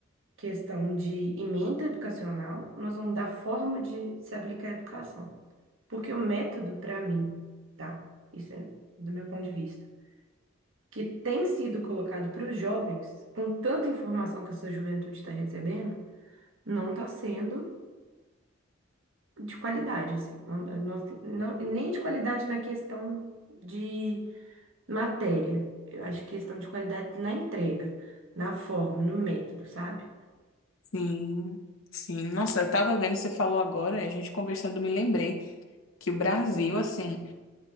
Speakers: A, on the right; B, on the left.
A: questão de emenda educacional, nós vamos mudar a forma de se aplicar a educação. Porque o método, para mim, tá? Isso é do meu ponto de vista, que tem sido colocado para os jovens, com tanta informação que essa juventude está recebendo, não está sendo de qualidade, assim. Não, nós- não- nem de qualidade na questão de matéria. Eu acho que questão de qualidade na entrega, na forma, no método, sabe?
B: sim. Sim, nossa, eu tava vendo, você falou agora, e a gente conversando, me lembrei que o Brasil, assim,